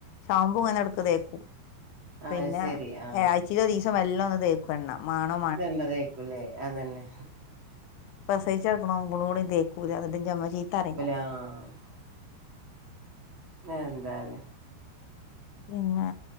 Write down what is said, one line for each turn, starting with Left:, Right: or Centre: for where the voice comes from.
Left: ഷാമ്പൂ ഇങ്ങനെ എടക്ക് തേക്കും പിന്നെ
Right: അത് ശരി ആ
Left: ആഴ്ച്ചില് ഒരുദിവസോ വല്ലോ ഒന്ന് തേക്കും എണ്ണ മാണോ
Right: എണ്ണ തേക്കുലേ അതെന്നെ
Left: പ്രസവിച്ചു കിടക്കുന്നബളോടും തേക്കൂല എന്നിട്ട് ഇന്റെ ഉമ്മ ചീത്ത പറയും എന്നെ
Right: ആഹ് എന്താലേ
Left: പിന്നെ